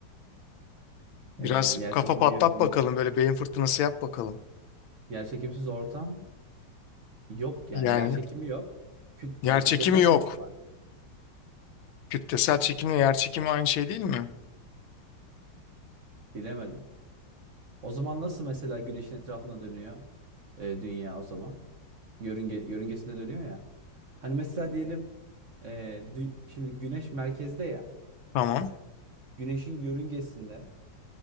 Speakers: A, on the left; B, on the right.
A: Biraz
B: Ee, yer
A: kafa
B: çekimi
A: patlat bakalım böyle beyin fırtınası yap bakalım.
B: yer çekimsiz ortam yok yani
A: Yani
B: yer çekimi yok. Küt,
A: yerçekimi
B: yani kütlesel
A: yok.
B: çekim var.
A: Kütlesel çekimle yerçekimi aynı şey değil mi?
B: Bilemedim. O zaman nasıl mesela güneşin etrafında dönüyor e, dünya o zaman? Yörünge, yörüngesinde dönüyor ya. Hani mesela diyelim Ee, dü- şimdi güneş merkezde ya.
A: Tamam.
B: Güneşin yörüngesinde